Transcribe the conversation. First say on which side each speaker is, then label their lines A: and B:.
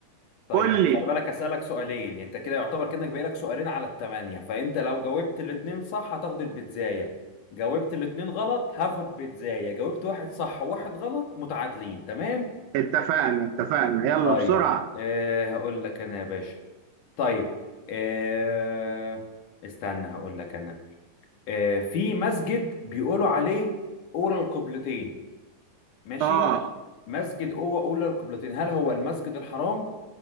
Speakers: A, on the left; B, on the right.
A: طيب
B: قول
A: انت
B: لي
A: خلي بالك هسألك سؤالين يعني انت كده يعتبر كأنك باقي لك سؤالين على الثمانية فانت لو جاوبت الاتنين صح هتاخد البيتزاية جاوبت الاتنين غلط هاخد بيتزاية جاوبت واحد صح وواحد غلط متعادلين تمام
B: اتفقنا اتفقنا يلا
A: طيب
B: بسرعة
A: أه هقول لك انا يا باشا طيب أه استنى هقول لك انا أه في مسجد بيقولوا عليه أولى القبلتين ماشي
B: اه
A: مسجد أو- أولى القبلتين هل هو المسجد الحرام